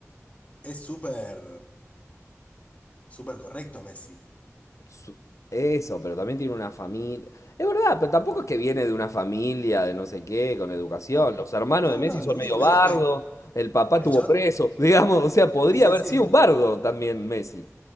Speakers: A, on the left; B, on the left.
A: Es súper, súper correcto Messi.
B: su- Eso, pero también tiene una familia. Es verdad, pero tampoco es que viene de una familia de no sé qué, con educación.
A: No,
B: Los hermanos
A: no,
B: de Messi
A: no,
B: son
A: lo
B: medio
A: único
B: bardo,
A: que digo es que
B: el papá
A: el
B: tuvo
A: chabón,
B: preso, <laughs> digamos, o sea, podría
A: sí,
B: haber
A: sí, sí.
B: sido un bardo también Messi.